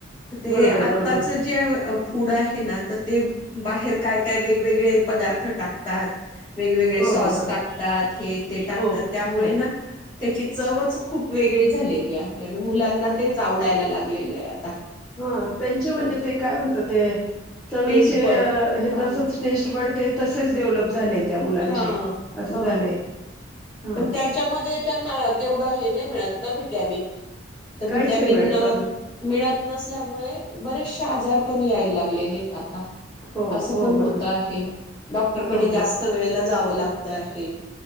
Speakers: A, on the left; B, in the centre.
A: ते
B: बरोबर
A: आ
B: बरोबर
A: त्याचे जे फूड आहे ना, तर ते बाहेर काय काय वेगवेगळे पदार्थ टाकतात. वेगवेगळे
B: हो
A: सॉस
B: हो बरोबर
A: टाकतात, हे ते टाकतात,
B: हो
A: त्यामुळे
B: हो
A: ना त्याची चवच खूप वेगळी झालेली आहे, आणि मुलांना तेच आवडायला लागलेलं आहे आता.
B: हा. त्यांचे म्हणजे
A: पण
B: ते काय म्हणतात ते, चवीचे
A: टेस्ट बड
B: अं हे
A: हा
B: तसच टेस्ट वाढते तसेच डेव्हलप झालेत. त्या मुलांचे
A: हा
B: असं
A: हा
B: झालंय. हा
A: पण त्याच्यामध्ये त्यांना तेवढं हे नाही मिळत ना व्हीट्यामिन तर
B: काहीच
A: व्हिट्यामिन
B: नाही मिळत बरोबर
A: मिळत नसल्यामुळे बरेचशे आजार.. पण यायला लागलेले आहेत आता,
B: हो
A: असं
B: हो
A: पण होत
B: बरोबर
A: आहे, डॉक्टरकडे
B: हा
A: जास्त
B: हो
A: वेळेला जावं लागत
B: ह
A: आहे.